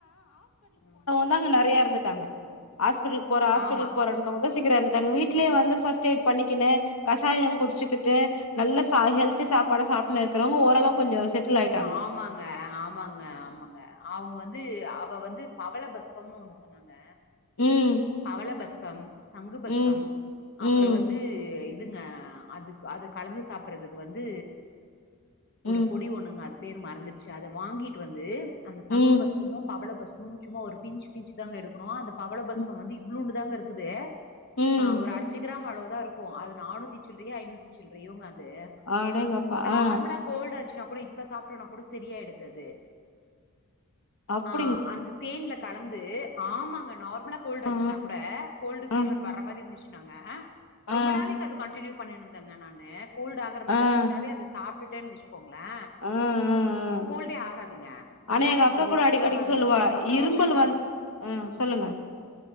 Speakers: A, on the left (about 50°); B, on the left (about 80°).
A: ஆ
B: ங்க நெறையா இரந்துட்டாங்க ஹா்பிட்டல்க்கு போற ஹா்பிட்டல்க்கு
A: ஆமா
B: போறண்டு யோசிக்குற அந்த டைம் வீட்டிலியே வந்து ஃபஸ்ட் எயிட் பண்ணிக்கின்னு கஷாயம் குடிச்சுக்கிட்டு நல்ல சா ஹெல்தி சாப்பாடு சாப்பி இருக்கிறவங்க ஓரளவு கொஞ்சோ செட்டில் ஆயி
A: ஆமாங்க ஆமாங்க ஆமாங்க அவங்க வந்து வந்து அவ வந்து பவளபஷ்பம்னு ஒண்ணு சொன்னாங்க
B: ம்
A: பவளபஷ்பம் சங்குபஷ்பம்
B: ம் ம்
A: அப்புறோ வந்து இதுங்க அது அது கலந்து சாப்புறதுக்கு வந்து
B: ம்
A: ஒரு பொடி ஒண்ணுங்க அது பேரு மறந்துடுச்சு அத வாங்கிட்டு வந்து அந்த சங்கு
B: ம்
A: பஸ் சும்மும் பவள பஷ்பமும் சும்மா ஒரு பிஞ்சு பி்ஞ்சு தாங்க எடுக்கணு அந்த பவள பஷ்பம்
B: ம்
A: வந்து இவ்வுளுண்டு தாங்க இருக்குது
B: ம்
A: ஆ ஒரு அஞ்சு கிராம் அளவுதா இருக்கு அது நானூத்தி சில்லறையே ஐநூத்தி சில் சில்லரறையேங்க அது
B: அடேங்கப்பா!
A: நார்மலா
B: ஆ
A: கோல்டு் ஆச்சுன்னா கூட இப்ப சாப்பிடனா கூட சரியாயிடுது அது
B: அப்டிங்களா?
A: ஆ அந்த தேன்ல கலந்து ஆமாங்க நார்மலா கோல்டு்
B: ஆ
A: ஆச்சுன்னா கூட கோல்டு
B: ஆ
A: பபீவர்
B: ஆ
A: வர்ற மாதிரி இருந்துச்சுனாங்க ரொம்ப
B: ஆ
A: நாளைக்கு அது கண்டின்னுயு பண்ணிணு இருந்தேங்க நானு கோல்டு ஆகற மாறி
B: ஆ ஆ
A: இருச்சுனாவே அத சாப்பிட்டுட்டேன்னு வச்சுக்கோங்களே
B: ஆ ஆ ஆ.
A: கோல்டே ஆகாதுங்க நல்லா
B: ஆனா எங்க
A: இருந்தது
B: அக்கா
A: ஹெல்த்தியாவு
B: கூட அடிக் அடிக்கு
A: இருந்தது அப்புறோ
B: இரும்பல்
A: நம்ம
B: வந்து ஆ சொல்லுங்க